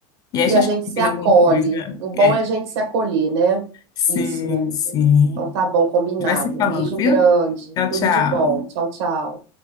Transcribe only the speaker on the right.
E
a gente se
acolhe.
O bom
é a gente se acolher, né?
Isso, minha amiga.
Então tá bom, combinado.
Beijo
grande,
tudo
de bom. Tchau, tchau.